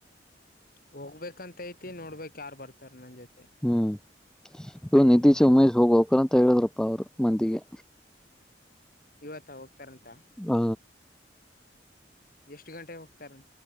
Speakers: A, on the left; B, in the centre.
A: ಹೋಗ್ಬೇಕಂತ್ ಐತಿ ನೋಡ್ಬಕ್ ಯಾರ್ ಬರ್ತಾರ್ ನನ್ ಜೊತೆ.
B: ಹ್ಮ್ ಇ ನೀತಿಶ್
A: ಹ್ಮ್
B: ಉಮೇಶ ಹೋಗ್ ಹೊಗ್ಕರಂತ್ ತ ಹೇಳಿದ್ರಪ್ಪ ಅವರು ಮಂದಿಗೆ
A: ಇವತ್ತ ಹ ತರಂತ
B: ಹ
A: ಎಷ್ಟ್ ಗಂಟೆ ಹೋಗ್ತಾರೆ.